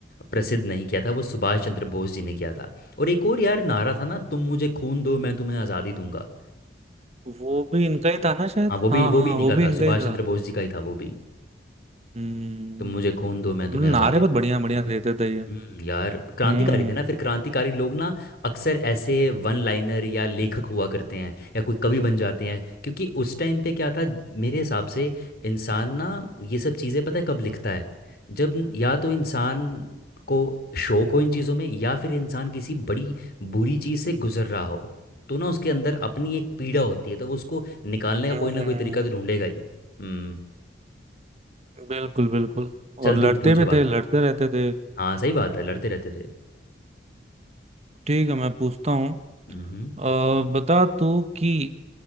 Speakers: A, on the left (about 55°); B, on the right (about 35°).
A: प्रसिद्ध नहीं किया था वो सुभाष चंद्र बोस जी ने किया था और एक और यार नारा था ना तुम मुझे खून दो मैं तुम्हें आज़ादी दूंगा
B: वो भी इनका ही था ना शायद
A: हाँ वो
B: हाँ
A: भी
B: हाँ,
A: वो भी इन्हीं
B: वो
A: का
B: भी
A: था
B: इनका
A: सुभाष
B: ही था
A: चंद्र बोस जी का ही था वो भी
B: हम्म
A: तुम मुझे खून दो मैं तुम्हें
B: मतलब
A: आज़ादी
B: नारे बहुत
A: दूंगा
B: बढ़िया बढ़िया देते थे ये
A: हम्म यार क्रांतिकारी
B: हम्म
A: थे ना फिर क्रांतिकारी लोग ना अक्सर ऐसे वन लाइनर या लेखक हुआ करते हैं या कोई कवि बन जाते हैं क्योंकि उस टाइम पे क्या था मेरे हिसाब से इंसान ना ये सब चीज़ें पता है कब लिखता है जब न- या तो इंसान को शौक हो इन चीज़ों में या फिर इंसान किसी बड़ी बुरी चीज़ से गुजर रहा हो तो ना उसके अंदर अपनी एक पीड़ा होती है तो वो उसको निकालने का
B: हम्म
A: कोई ना कोई तरीका तो ढूंढेगा ही हम्म
B: बिल्कुल बिल्कुल और
A: चल तू
B: लड़ते
A: पूछ
B: भी
A: अब आगे
B: थे लड़ते रहते थे
A: हाँ सही बात है लड़ते रहते थे
B: ठीक है मैं पूछता हूँ
A: हम्म
B: अ, बता तू कि